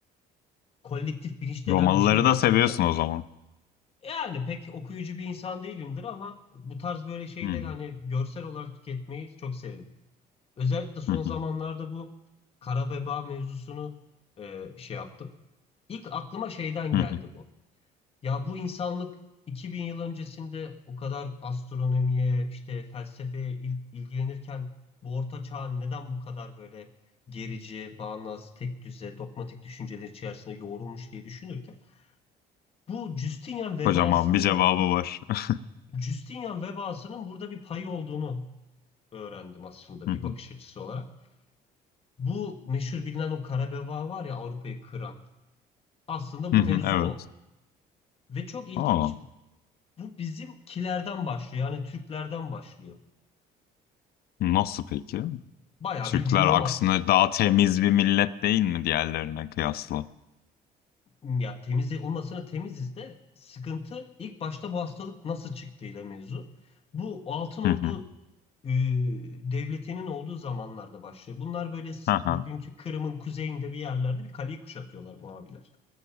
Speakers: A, on the left; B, on the left.
A: Kolektif bilinç denen
B: Romalıları
A: bir şey gerçekten.
B: da seviyorsun o zaman.
A: Yani pek okuyucu bir insan değilimdir ama bu tarz böyle şeyleri
B: Hı hı,
A: hani görsel olarak tüketmeyi çok severim. Özellikle son
B: hı
A: zamanlarda
B: hı,
A: bu kara veba mevzusunu e, şey yaptım. İlk aklıma şeyden
B: hı
A: geldi
B: hı.
A: bu. Ya bu insanlık 2000 yıl öncesinde o kadar astronomiye, işte felsefeye il- ilgilenirken bu orta çağ neden bu kadar böyle gerici, bağnaz, tek düze, dogmatik düşünceler içerisinde yoğrulmuş diye düşünürken bu Justinian vebasının
B: Kocaman bir cevabı
A: bunun
B: var. <laughs>
A: Justinian vebasının burada bir payı olduğunu öğrendim aslında
B: Hı
A: bir
B: hı,
A: bakış açısı olarak. Bu meşhur bilinen o kara beva var ya Avrupa'yı kıran. Aslında
B: hı
A: bu
B: hı,
A: mevzu
B: Evet.
A: o. Ve çok ilginç
B: Aa,
A: bu bizimkilerden başlıyor. Yani Türklerden başlıyor.
B: nasıl peki?
A: Bayağı
B: Türkler
A: bildiğin nomad.
B: aksine daha temiz bir millet değil mi diğerlerine kıyasla?
A: Ya temiz, onun aslında temiziz de sıkıntı ilk başta bu hastalık nasıl çıktığıyla mevzu. Bu Altın Ordu
B: Hı hı.
A: e, devletinin olduğu zamanlarda başlıyor. Bunlar böyle s-
B: Hı
A: bugünkü
B: hı.
A: Kırım'ın kuzeyinde bir yerlerde bir kaleyi kuşatıyorlar bu abiler.